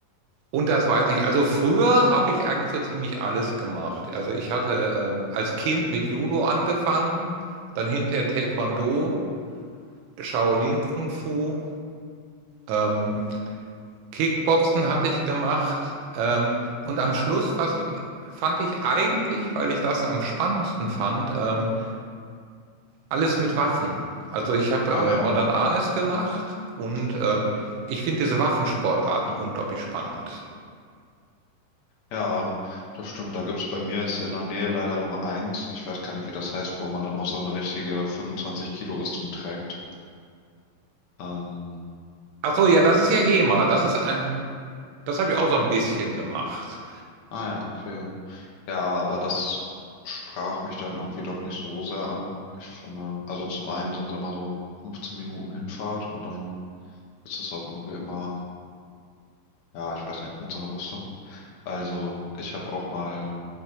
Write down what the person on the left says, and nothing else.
Ah
ja.
Mhm.
Ja, das stimmt. Da gibt's bei mir jetzt in der Nähe leider nur eins. Ich weiß gar nicht, wie das heißt, wo man dann auch so eine richtige 25-Kilo-Rüstung trägt. Ähm,
ah ja, okay. Ja, aber das sprach mich dann irgendwie doch nicht so sehr an. Ich fand, also zum einen sind es immer so 15 Minuten Hinfahrt und dann ist es auch irgendwie immer, ja, ich weiß nicht, mit so einer Rüstung. Also ich habe auch mal